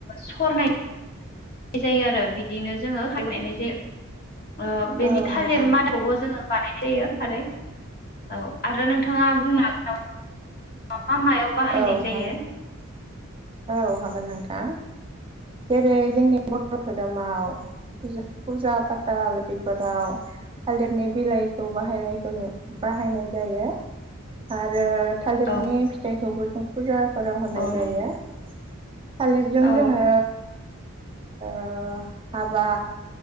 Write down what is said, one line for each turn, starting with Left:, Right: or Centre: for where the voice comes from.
Left: सरनाय नाय जायो आरो बिदिनो जोङो खार बानायनाय जायो । ओ बेनि
Right: औ
Left: थालिर
Right: नोंथां
Left: मादाखोबो जोङो बानानायजायो खारै औ आरो नोंथाङा बुंनो हागोन नामा मा मायाव बाहायनाय
Right: औ
Left: जायो?
Right: हागोन औ हागोन नोंथां जेरै जोंनि बर धोरोमाव फुजा फाथाल बेफोराव थालिरनि बिलाइखौ बाहायनायखौ नु बाहायनाय जायो आरो थालिरनि
Left: औ
Right: फिथाइखौबो जों फुजाफोराव होनाय
Left: औ
Right: जायो
Left: नंगौ
Right: । थालिरजों
Left: औ
Right: जोङो ओ हाबा